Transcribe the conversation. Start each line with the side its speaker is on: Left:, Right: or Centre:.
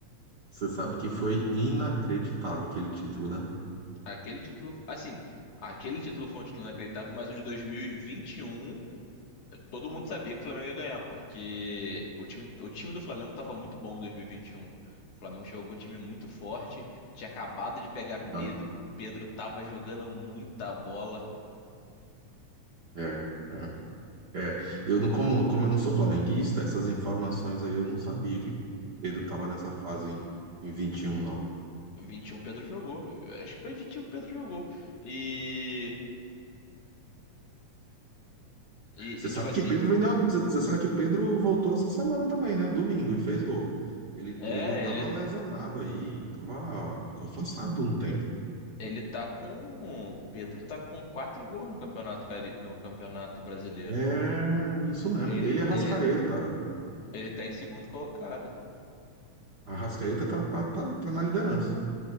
Right: Você sabe que foi inacreditável aquele título, né?
Left: Aquele título, assim, aquele título foi um título inacreditável, mas o de 2021, todo mundo sabia que o Flamengo ia ganhar, porque o time, o time do Flamengo estava muito bom em 2021. O Flamengo chegou com um time muito forte, tinha acabado de pegar
Right: Não.
Left: Pedro, Pedro tava jogando muita bola.
Right: É, é. É, eu não, como, como eu não sou flamenguista, essas informações aí eu não sabia que Pedro estava nessa fase em, em vinte e um não.
Left: 21 Pedro jogou, eu acho que foi 21 que Pedro jogou. E, e,
Right: Você
Left: e,
Right: sabe
Left: tipo assim,
Right: que Pedro vendeu, você você sabe que Pedro voltou essa semana também, né? Domingo, e fez gol. Ele,
Left: é,
Right: ele estava
Left: ele
Right: lesionado aí, estava afastado um tempo.
Left: ele tá com, Pedro tá com quatro gols no campeonato cari- no campeonato brasileiro.
Right: É, isso mesmo.
Left: Ele,
Right: Ele e Arrascaeta.
Left: ele, Ele tá em segundo colocado.
Right: Arrascaeta tá, tá, tá, tá na liderança.